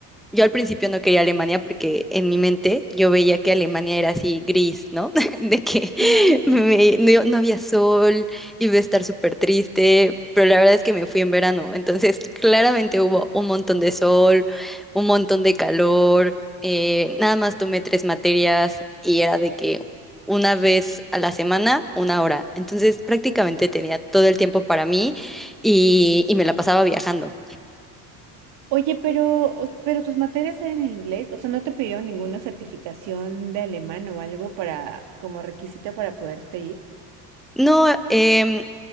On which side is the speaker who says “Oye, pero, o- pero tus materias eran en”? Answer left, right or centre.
Right